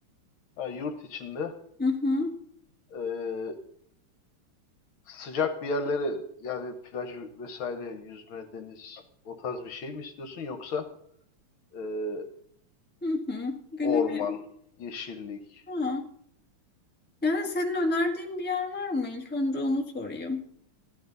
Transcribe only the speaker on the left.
Ha, yurt içinde
eee, sıcak bir yerlere yani plaj vesaire, yüzme, deniz o tarz bir şey mi istiyorsun yoksa eee,
orman,
yeşillik?